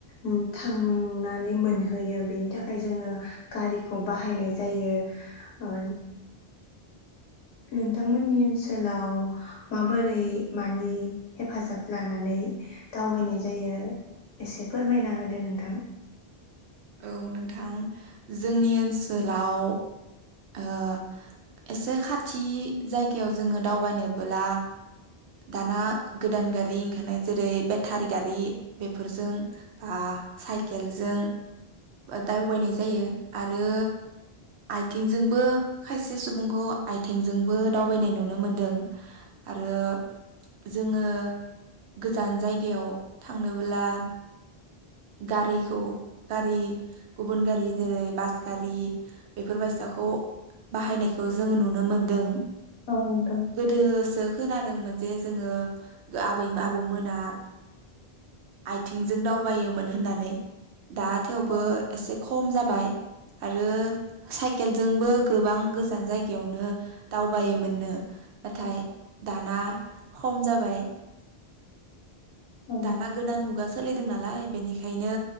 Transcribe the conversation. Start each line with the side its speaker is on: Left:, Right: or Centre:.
Left: उ थांनानै मोनहैयो बेनि थाखाय जोङो गारिखौ बाहायनाय जायो ओ नोंथांमोननि ओनसोलाव माबोरै मानि हेफाजाब लानानै दावबायनाय जायो एसे फोरमायना होदो नोंथां
Right: औ नोंथां जोंनि
Left: औ
Right: ओनसोलाव ओ एसे खाथ थि जायगायाव जोंङो दावबायनोबोला दाना गोदान गारि ओंखारनाय जेरै बेटारि गारि बेफोरजों बा साइकेलजों दावबायनाय जायो आरो आयथिंजोंबो खायसे सुबुंखौ आयथिंजोंबो दावबायनाय नुनो मोनदों आरो जोंङो गोजान जायगायाव थांनोब्ला गारिखौ गारि गुबुन गारि जेरै बास गारि बेफोर बायसाखौ बाहायनायखौ जोंङो नुनो मोनदों
Left: नोंथां
Right: गोदोसो खोनादोंमोन जे जोंङो आबै आबौमोना आयथिंजों दावबायोमोन होननानै दा थेवबो
Left: औ
Right: एसे खम जाबाय आरो साइकेलजोंबो गोबां गोजान जायगायावनो दावबायोमोननो नाथाय दाना खम जाबाय।
Left: औ
Right: दाना गोदान मुगा सोलि दों नालाय बेनिखायनो